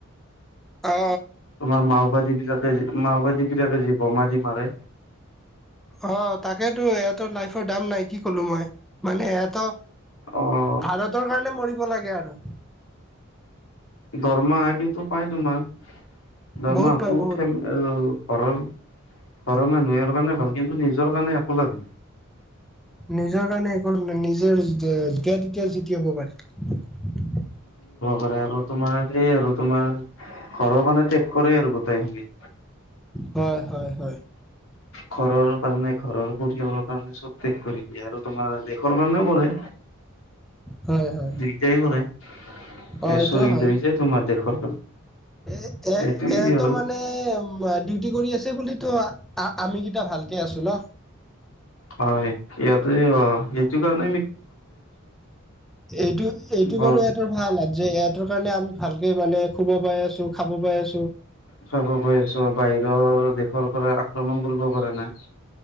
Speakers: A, in the centre; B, on the left.
A: অ
B: তোমাৰ মাওবাদী বিলাক মাওবাদি বিলাকে যে, বোমা দি মাৰে।
A: অ', তাকেতো ইহঁতৰ লাইফৰ দাম নাই কি ক'লো মই মানে এহঁত
B: অ
A: ভাৰতৰ কা মৰিব লাগে আৰু।
B: দৰমাহা কিন্তু পাই তোমাৰ দৰমহাটো
A: বহুত পায়
B: <unintelligible>
A: বহুত
B: ঘৰৰ, ঘৰৰ মানুহেৰ কাৰণে ভাল কিন্তু নিজৰ কাৰণে একো লাভ
A: নিজৰ কাৰণে এখন নিজৰ যে-যেতি-তেতিয়া <unintelligible> কি হ'ব পাৰে।
B: কৰে আৰু তোমাৰ সেই আৰু তোমাৰ ঘৰৰ কাৰণে ত্যাগ কৰে আৰু গোটেইখিনি।
A: হয়, হয়, হয়।
B: ঘৰৰ কাৰণে ঘৰৰ পৰিয়ালৰ কাৰণে চব শেখ কৰী দিয়ে আৰু তোমাৰ দেশৰ কাৰণেও কৰে।
A: হয় হয় হয়
B: দুইটাই কৰে।
A: অ,
B: এ
A: এইটো
B: শ্বহীদ
A: হয়।
B: হৈ যায় তোমাৰ দেশৰ কাৰণে
A: এ, এ
B: এইটোৱে
A: এটো
B: আৰু
A: মানে ডিউটি কৰি আছ বুলি টো আমি গীত ভালকে আছো ন।
B: হয়। ইয়াতে, এইটো কাৰণেই
A: এইটো, এইটো
B: ব
A: বাৰু এটা ভাল যে ইহঁতৰ কাৰণে আমি ভালকে মানে শুব পাই আছো, খাব পাই আছো।
B: খাব পাই আছোঁ। অ বাই নিজৰ দেশৰ পৰা আক্ৰমণ কৰিব প নাই